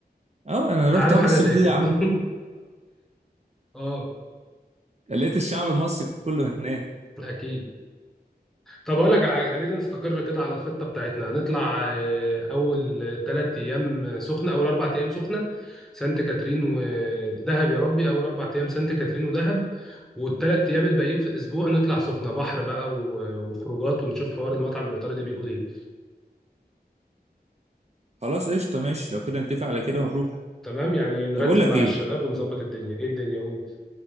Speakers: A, on the right; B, in the centre.
A: اه انا
B: انت
A: رحت
B: عارف
A: في
B: حاجه
A: الصيف
B: زي
A: دي
B: كده
A: يا عم
B: <laughs> اه
A: لقيت الشعب المصري كله هناك
B: اكيد طب اقول لك على حاجة، خلينا نستقر كده على الخطه بتاعتنا هنطلع آه، اول ثلاث ايام سخنه اول اربع ايام سخنه سانت كاترين ودهب يا ربي اول اربع ايام سانت كاترين ودهب والثلاث ايام الباقيين في الاسبوع نطلع سخنه بحر بقى و- وخروجات ونشوف حوار المطعم الايطالي ده بيقول ايه
A: خلاص قشطه ماشي لو كده نتفق على كده ونروح
B: تمام يعني نرتب
A: طب اقول لك
B: مع
A: ايه
B: الشباب ونظبط الدنيا ايه الدنيا قول